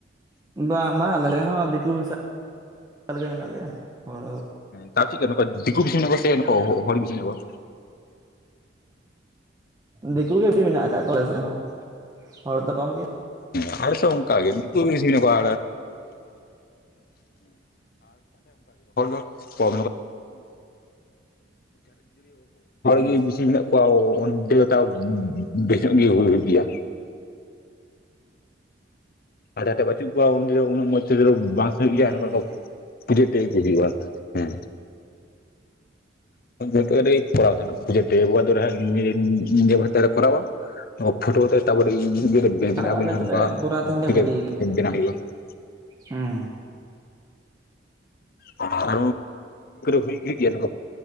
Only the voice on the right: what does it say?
ᱵᱟᱝ ᱵᱟᱝ ᱟᱞᱮᱲᱮ ᱦᱚᱸ ᱫᱤᱠᱩ ᱢᱮᱥᱟᱜ ᱮᱠᱟᱞ ᱜᱮ ᱢᱮᱱᱟᱜ ᱞᱮᱭᱟ ᱦᱚᱲ
ᱫᱤᱠᱩ ᱜᱮ ᱵᱮᱥᱤ ᱢᱮᱱᱟᱜ ᱟᱠᱟᱫ ᱠᱚᱣᱟ ᱟᱞᱮ ᱥᱮᱫ ᱦᱚᱸ ᱦᱚᱲ ᱫᱚ ᱠᱚᱢ ᱜᱮ᱾
ᱦᱩᱸ
ᱦᱩᱸ
ᱦᱩᱸ
ᱟᱨ ᱟᱞᱮ ᱫᱚᱞᱮ ᱠᱚᱨᱟᱣ ᱛᱟᱦᱮᱱ ᱜᱮᱭᱟ ᱵᱷᱟᱹᱜᱤ ᱦᱩᱸ᱾